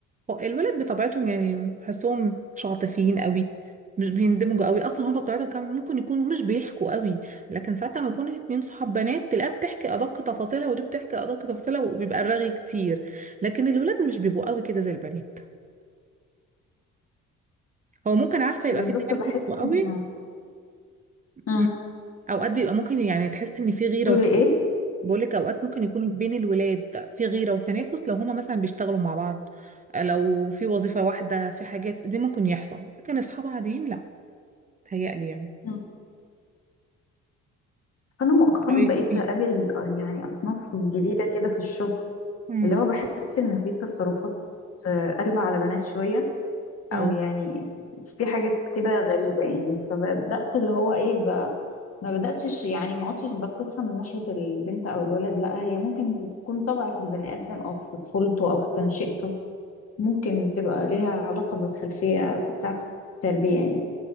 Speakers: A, on the right; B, on the left.
A: هو الولاد بطبيعتهم يعني بحسهم مش عاطفيين قوي مش بيندمجوا قوي اصلا هم بطبيعتهم كان ممكن يكونوا مش بيحكوا قوي لكن ساعات لما يكون اتنين صحاب بنات تلاقيها بتحكي ادق تفاصيلها ودي بتحكي ادق تفاصيلها وبيبقى الرغي كتير لكن الولاد مش بيبقوا قوي كده زي البنات هو ممكن عارفه يبقى
B: بالظبط
A: في تنافس
B: بحس
A: قوي
B: ان امم
A: م. اوقات بيبقى ممكن يعني تحس ان في غيره
B: تقولي
A: وت...
B: ايه؟
A: بقولك اوقات ممكن يكون بين الولاد في غيره وتنافس لو هما مثلا بيشتغلوا مع بعض لو في وظيفه واحده في حاجات دي ممكن يحصل لكن اصحاب عاديين لا تهيألي يعني
B: مم. انا مؤخرا
A: رأيك
B: بقيت
A: إيه؟
B: اقابل آه، يعني اصناف جديدة كده في الشغل
A: امم
B: اللي هو بحس ان في تصرفات آه، قلبة على بنات شوية
A: اه
B: او يعني في حاجات كده غريبة يعني فبدأت اللي هو ايه ب... ما بدأتش يعني ما عدتش بقيسها من ناحية البنت او الولد لا هي ممكن تكون طبع في البني آدم او في طفولته او في تنشئته ممكن بتبقى ليها علاقة بالخلفية بتاعة التربية يعني